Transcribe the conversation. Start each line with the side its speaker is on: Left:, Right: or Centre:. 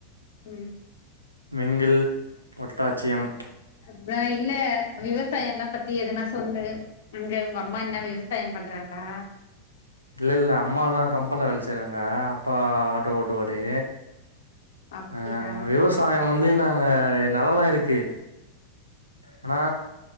Left: ம்
Right: மிங்கில் ஒட்டாட்சியம்
Left: அத்தா இல்லெ விவசாயோ என்ன பத்தி எதனா சொல்லு அங்க உங்க அம்மா என்ன விவசாயோ பண்றாங்களா
Right: இல்ல இல்ல அம்மலா கம்பெனில வேல செய்றாங்க அப்பா ஆட்டோ ஓட்டுவாரு
Left: அப்படியா
Right: ஆ விவேஸ்த் தாயோ வந்து நாங்க நெலலா இருக்கு அனா